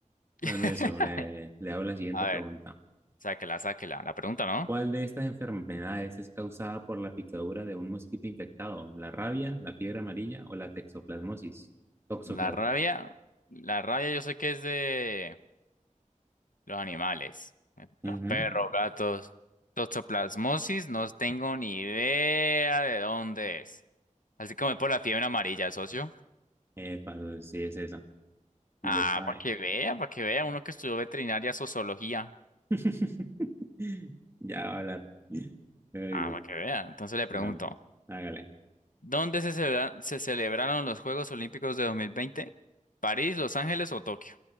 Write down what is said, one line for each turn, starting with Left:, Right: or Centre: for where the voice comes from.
Left: <laughs>
Right: Bueno, mire, socio, le, le hago la siguiente
Left: A
Right: pregunta.
Left: ver, sáquela, sáquela. La pregunta, ¿no?
Right: ¿Cuál de estas enfermedades es causada por la picadura de un mosquito infectado? ¿La rabia, la fiebre amarilla o la texoplasmosis? Toxoplasmosis.
Left: La rabia, la rabia yo sé que es de los animales. eh,
Right: Ujú.
Left: Los perros, gatos. Toxoplasmosis, no tengo ni idea de dónde es. Así como es por la fiebre amarilla, socio.
Right: Epa, socio, sí, es esa. y
Left: Ah,
Right: le sabe.
Left: para que vea, para que vea, uno que estudió veterinaria, sociología.
Right: <laughs> Ya, hola. Ay,
Left: Ah, para que vea. Entonces le pregunto.
Right: Bueno, hágale.
Left: ¿Dónde se celebra- se celebraron los Juegos Olímpicos de 2020? ¿París, Los Ángeles o Tokio?